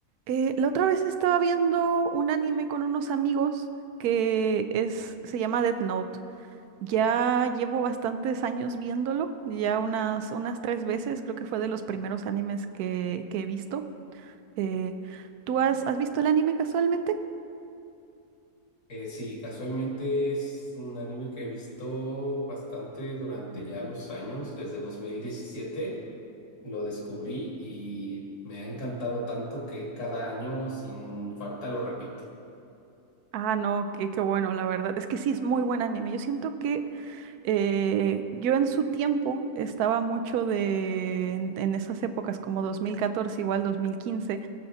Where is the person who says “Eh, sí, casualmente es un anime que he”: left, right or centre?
Left